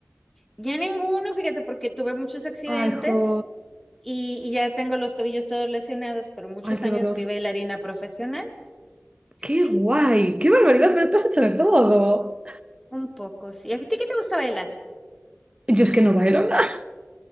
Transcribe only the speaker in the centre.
Ya ninguno, fíjate, porque tuve muchos accidentes
y, y ya tengo los tobillos todos lesionados, pero muchos
años
fui bailarina profesional, sí,
un poco, sí. ¿A ti qué te gusta bailar?